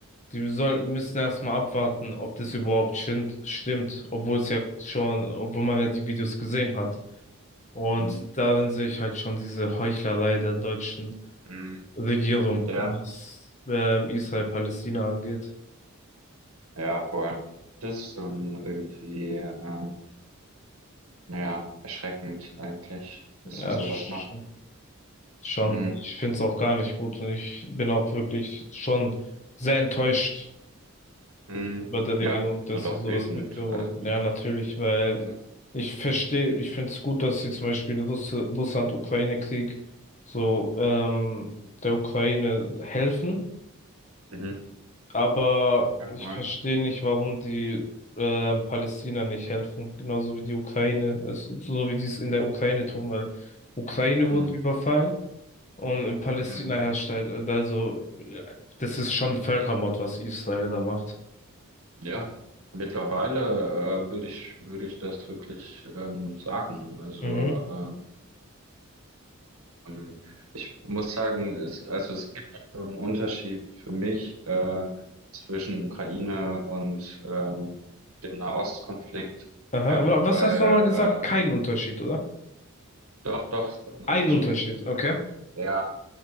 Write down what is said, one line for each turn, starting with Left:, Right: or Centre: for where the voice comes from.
Left: die sollen, müssen erstmal abwarten, ob das überhaupt stimmt, stimmt, obwohl es ja schon, obwohl man ja die Videos gesehen hat. Und
Right: hm,
Left: darin sehe ich halt schon diese Heuchlerei der deutschen
Right: hm,
Left: Regierung,
Right: ja.
Left: was ähm, Israel-Palästina angeht.
Right: Ja, voll. Das ist dann irgendwie, ähm, naja, erschreckend eigentlich, dass
Left: Ja,
Right: sie sowas
Left: schon,
Right: machen.
Left: schon.
Right: Mhm.
Left: Ich finde es auch gar nicht gut und ich bin auch wirklich schon sehr enttäuscht
Right: Mhm.
Left: bei der
Right: Ja,
Left: Regierung, dass
Right: und
Left: sie
Right: auch
Left: sowas
Right: wütend.
Left: befürworten.
Right: Also,
Left: Ja, natürlich, weil
Right: mhm.
Left: ich verstehe, ich finde es gut, dass sie zum Beispiel Russ Russland-Ukraine-Krieg so ähm, der Ukraine helfen,
Right: Mhm.
Left: aber
Right: Ja,
Left: ich
Right: voll.
Left: verstehe nicht, warum die ähm, Palästina nicht helfen, genauso wie die Ukraine, es, so wie die es in der Ukraine tun, weil Ukraine
Right: Mhm.
Left: wurde überfallen. Und in Palästina
Right: Mhm.
Left: herrscht halt, also, ja, das ist schon Völkermord, was Israel da macht.
Right: Ja, mittlerweile, äh, würde ich, würde ich das wirklich, ähm, sagen. Also,
Left: Mhm.
Right: äh, Ähm, Ich muss sagen, es, also es gibt so einen Unterschied für mich äh, zwischen Ukraine und ähm, dem Nahostkonflikt,
Left: Aha.
Right: einfach
Left: Wa- Was
Right: weil,
Left: hast du nochmal gesagt?
Right: äh,
Left: Kein Unterschied, oder?
Right: doch, doch, es gibt einen
Left: Ein
Right: Unterschied.
Left: Unterschied, okay.
Right: Ja,